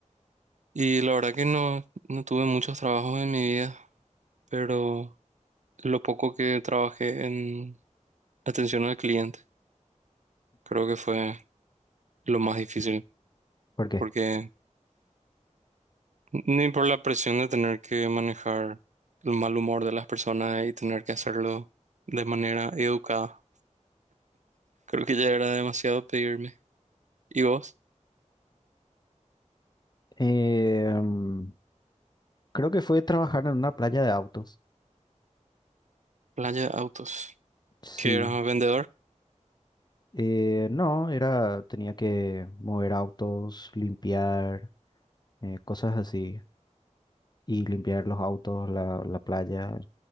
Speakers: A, on the right; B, on the left.
A: Y la verdad que no, no tuve muchos trabajos en mi vida, pero lo poco que trabajé en atención al cliente, creo que fue lo más difícil,
B: ¿Por qué?
A: porque ni por la presión de tener que manejar el mal humor de las personas y tener que hacerlo de manera educada, creo que ya era demasiado pedirme. ¿Y vos?
B: Em, creo que fue trabajar en una playa de autos.
A: Playa Autos,
B: Sí.
A: que eras un vendedor.
B: Eh, no, era, tenía que mover autos, limpiar, eh, cosas así. Y limpiar los autos, la, la playa,